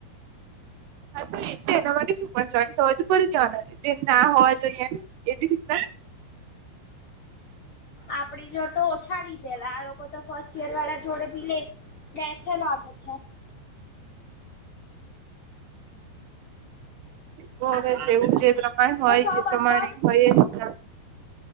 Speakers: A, on the right; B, on the left.
A: તોએ તે એના માટે શું પણ જોઈન્ટ થવાય તો ફરી કહેવાના છે તે ના હોવા જોઈએ એમ એવી રીતના
B: આપણી જોડ તો ઓછા લીધેલા આ લોકો તો ફર્સ્ટ યર વાળા જોડે ભી લેસ લે છે લાગે છે.
A: તો
B: આપડે
A: હવે જેવું જે પ્રમાણ હોય
B: તો સો
A: જે
B: બસો
A: પ્રમાણે હોય એ જ રીતના.